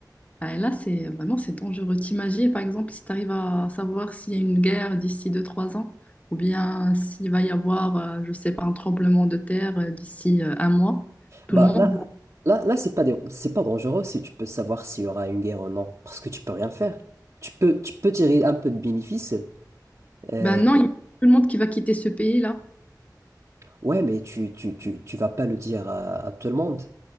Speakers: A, on the left; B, on the right.
A: Ah, et là, c'est vraiment, c'est dangereux. T'imagines, par exemple, si tu arrives à savoir s'il y a une guerre d'ici deux trois ans, ou bien s'il va y avoir, euh, je sais pas, un tremblement de terre euh, d'ici euh, un mois, tout
B: Bah
A: le monde
B: là, là, là, c'est pas dé- c'est pas dangereux si tu peux savoir s'il y aura une guerre ou non, parce que tu peux rien faire. Tu peux, tu peux tirer un peu de bénéfice. euh,
A: Ben non, il y a tout le monde qui va quitter ce pays-là.
B: ouais, mais tu, tu, tu, tu vas pas le dire à, à tout le monde.